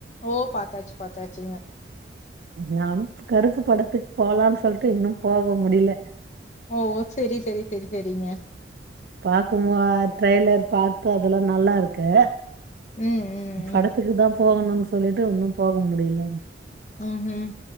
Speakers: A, on the left (about 40°); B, on the right (about 55°).
A: ஓ பாத்தாச்சி பாத்தாச்சிங்க
B: நாம் கருப்பு படத்துக் போலான்னு சொல்ட்டு இன்னு போக முடியில
A: ஓ செரி செரி செரி செரிங்க
B: பாக்குமோ அது ட்ரெய்லர் பாத்து அதல்லா நல்லா இருக்கு
A: ம் ம்
B: படத்துக்கு
A: ம்
B: தா போகணுன்னு சொல்ட்டு உன்னு போக முடியில
A: ம்ஹும்